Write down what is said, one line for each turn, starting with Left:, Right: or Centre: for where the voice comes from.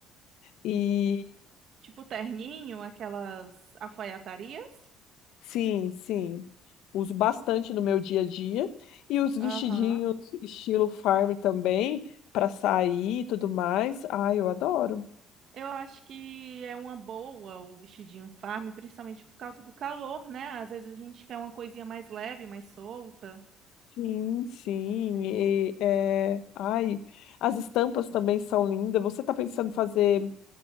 Left: E
Right: Tipo terninho, aquelas alfaiatarias.
Left: sim, sim, uso bastante no meu dia a dia. E os vestidinhos
Right: Aham.
Left: estilo farm também, para sair e tudo mais. Ai, eu adoro.
Right: Eu acho que é uma boa o vestidinho farm, principalmente por causa do calor, né? Às vezes a gente quer uma coisinha mais leve, mais solta.
Left: Sim, sim. E, é... Ai, as estampas também são lindas. Você tá pensando em fazer.